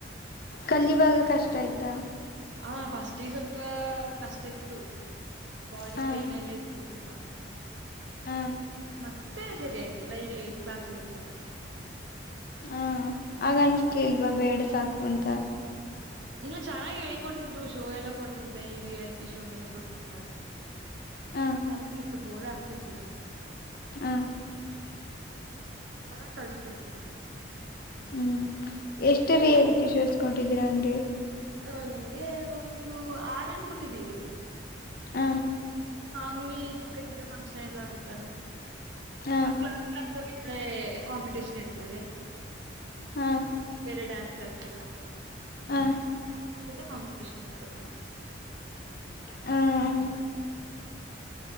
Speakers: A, on the left; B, on the right.
A: ಕಲ್ಲಿುವಾಗ ಕಷ್ಟ ಆಯ್ತಾ
B: ಹಾ ಫಸ್ಟಿಗೆ ಸ್ವಲ್ಪ ಕಷ್ಟ ಇತ್ತು ಬಾಡಿ
A: ಹ
B: ಪೈನ್ ಎಲ್ಲ ಇತ್ ತು ತುಂಬ
A: ಹ
B: ಮತ್ತೆ ಸರಿ ಆಯ್ತು ಡೈರಿ ಕ್ಲಾಸಿಗೆ ಹೋಗುವಾಗ
A: ಹಾ ಆಗನ್ಿಸಲಿಲ್ವಾ ಬೇಡ ಸಾಕು ಅಂತ
B: ಇನ್ನೂ ಚೆನ್ನಾಗಿ ಹೇಳಿ ಕೊಡ್ತಿದ್ರು ಶೋ ಎಲ್ಲಾ ಕೊಡ್ತಿದ್ದ ಈ ರಿಯಾಲಿಟಿ ಶೋಗೆಲ್ಲಾ ಕೊಡ್ತಿದ್ದ
A: ಹ
B: ಚೆನ್ನಾಗಿತ್ತು ಬೋರ್ ಆಗ್ತಿತ್ ತ್ತಿರ
A: ಹ್ಮ
B: ಚನ್ನಾಗಿ್ ಕಳ್ಸ್ ಕೊಡ್ತಿದ್ರು
A: ಹ್ಮ್ ಎಷ್ಟು ರಿಯಾಲಿಟಿ ಶೋಸ್ ಕೊಟ್ಟಿದ್ದೀರ ಹಂಗೆ
B: ಹಂಗೆ ಒಂದು - ಆರೇಳ್ು ಕೊಟ್ಟಿದ್ದೀವಿ
A: ಹಾ
B: ಮಾಮೂಲಿ ಚಿಕ್ಕ ಚಿಕ್ಕ ಫಂಕ್ಷನ್ ಎಲ್ಲ ಆಗುತ್ತಲ್ಲ
A: ಹ
B: ಆ ಕ್ಲಾಸ್ <unintelligible> <inaudible> ಕಾಂಪಿಟೇಷನ್ ಇಡ್ತಾರೆ
A: ಹ
B: ಬೇರೆ ಡ್ಯಾನ್ಸ್ ಕ್ಲಾಸ್ ಎಲ್ಲ
A: ಹ
B: <inaudible> <unintelligible> ಕಾಂಪಟೀಷನ್ ಕೊಡದು
A: ಹ್ಮ